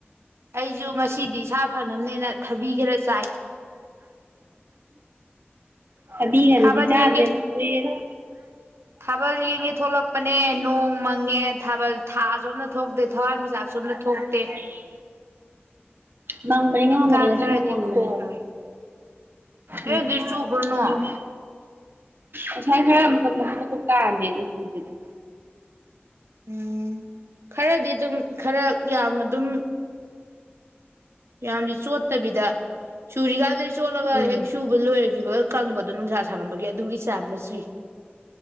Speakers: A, on the right; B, on the right.
A: ꯑꯩꯁꯨ ꯉꯁꯤꯗꯤ ꯏꯁꯥ ꯐꯅꯕꯅꯦꯅ ꯊꯕꯤ ꯈꯔ ꯆꯥꯏ
B: ꯊꯥꯗꯤꯒꯗꯨꯗꯤ
A: ꯊꯥꯕꯜ
B: ꯆꯥꯗ꯭ꯔꯦꯗꯥ
A: ꯌꯦꯡꯒꯦ
B: ꯀꯨꯏꯔꯦꯗꯥ
A: ꯊꯥꯕꯜ ꯌꯦꯡꯒꯦ ꯊꯣꯛꯂꯛꯄꯅꯦ ꯅꯣꯡ ꯃꯪꯉꯦ ꯊꯥꯕꯜ ꯊꯥ ꯑꯁꯣꯝꯗ ꯊꯣꯛꯇꯦ ꯊꯋꯥꯟꯃꯤꯆꯥꯛ ꯁꯣꯝꯗ ꯊꯣꯛꯇꯦ
B: ꯍꯥ <inaudible> ꯃꯥꯡꯕꯅꯦ
A: ꯇꯤꯟ
B: ꯉꯥꯡꯕꯅꯦ
A: ꯀꯥꯡ
B: ꯉꯁꯤ
A: ꯈꯔꯗꯤ
B: ꯅꯪ ꯃꯪꯕꯅꯦ
A: ꯈꯣꯡꯉꯦ ꯅꯣꯏ
B: ꯎꯝ
A: ꯑꯗꯨ ꯆꯨꯕ꯭ꯔꯣ ꯅꯣꯡ
B: ꯎꯝ ꯑꯁꯥꯏ ꯈꯔ ꯃꯀ ꯃꯀ ꯃꯀꯨꯝ ꯇꯥꯔꯝꯃꯦ ꯑꯗꯨ ꯆꯨꯗꯦꯗꯥ
A: ꯎꯝ ꯈꯔꯗꯤ ꯑꯗꯨꯝ ꯈꯔ ꯌꯥꯝ ꯑꯗꯨꯝ ꯌꯥꯝꯗꯤ ꯆꯣꯠꯇꯕꯤꯗ ꯁꯨꯔꯤꯀꯥꯟꯗꯗꯒꯤ ꯆꯣꯠꯂꯒ
B: ꯎꯝ
A: ꯍꯦꯛ ꯁꯨꯕ ꯂꯣꯏꯔꯈꯤꯕ ꯀꯪꯕꯗꯣ ꯅꯨꯡꯁꯥ ꯁꯥꯥꯟꯔꯝꯕꯒꯤ ꯑꯗꯨꯒꯤ ꯆꯥꯡꯗ ꯆꯨꯏ